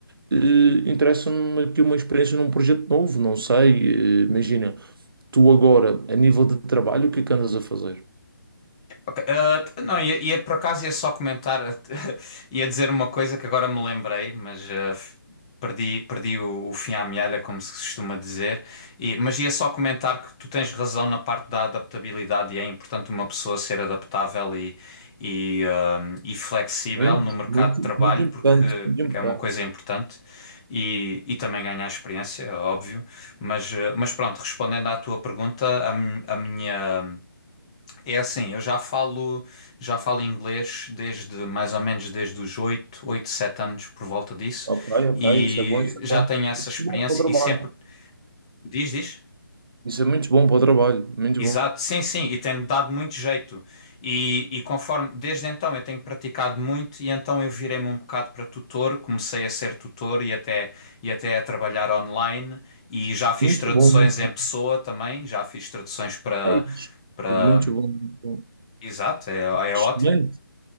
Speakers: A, on the right; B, on the left.
A: eh, interessa-me aqui uma experiência num projeto novo, não sei, eh, imagina tu agora, a nível de trabalho, o que é que andas a fazer?
B: Ok, ah, t- não, ia, ia por acaso ia só comentar, <laughs> ia dizer uma coisa que agora me lembrei, mas ah, f- perdi, perdi o, o fim à mealha, como se costuma dizer. E- mas ia só comentar que tu tens razão na parte da adaptabilidade e é importante uma pessoa ser adaptável e, e, ah, e flexível
A: Muito,
B: no mercado
A: muito,
B: de trabalho,
A: muito importante,
B: porque,
A: muito
B: porque
A: importante.
B: é uma coisa importante. E, e também ganhar experiência, é óbvio. Mas, ah, mas pronto, respondendo à tua pergunta, a mi- a minha. É assim, eu já falo, já falo inglês desde mais ou menos desde os oito oito sete anos por volta disso
A: Ok, ok,
B: e
A: isso é bom, isso é
B: já
A: bom.
B: tenho essa
A: Isso
B: experiência
A: é bom para o trabalho.
B: e sempre diz, diz.
A: Isso é muito bom para o trabalho, muito
B: Exato,
A: bom.
B: sim, sim, e tem dado muito jeito. E, e conforme desde então eu tenho praticado muito e então eu virei-me um bocado para tutor, comecei a ser tutor e até e até a trabalhar online e já fiz
A: Muito
B: traduções
A: bom, muito
B: em
A: bom.
B: pessoa também, já fiz traduções para
A: É isso.
B: para
A: Muito bom, muito bom.
B: Exato, é, é
A: Excelente.
B: ótimo.